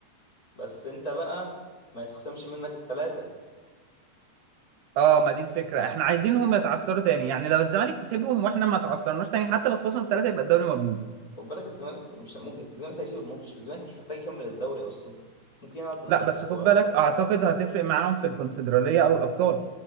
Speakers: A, on the left; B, on the right.
A: بس انت بقى ما يتخصمش منك التلاتة
B: اه ما دي الفكره احنا عايزينهم يتعثروا تاني يعني لو الزمالك كسبهم واحنا ما تعثرناش تاني حتى لو خسرنا ثلاثه يبقى الدوري مضمون
A: خد بالك الزمالك مش ممكن الزمالك هيسيب الماتش الزمالك مش محتاج يكمل الدوري اصلا ممكن يلعب بالعيال
B: لا بس
A: الصغيرة
B: خد بالك اعتقد هتفرق معاهم في الكونفدراليه او الابطال